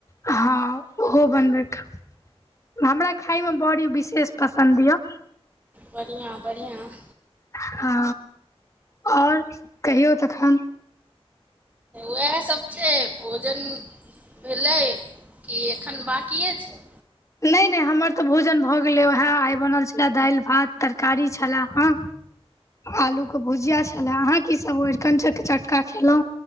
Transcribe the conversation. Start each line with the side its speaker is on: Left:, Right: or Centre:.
Left: हँ ओहो बनबैके हमरा खायमे बॅड़ी विशेष पसन्द य।
Right: बढ़िआं बढ़िआं।
Left: हँ आओर कहियौ तखन।
Right: वैह सब छै भोजन भेलै कि एखन बाकिये छै।
Left: नइ नइ हमर तऽ भोजन भऽ गेलै उहा आइ बनल छला दाइल भात तरकारी छला हँ। आलू के भुजिया छला अहाँ की सब अरिकंच के चटका खेलहु।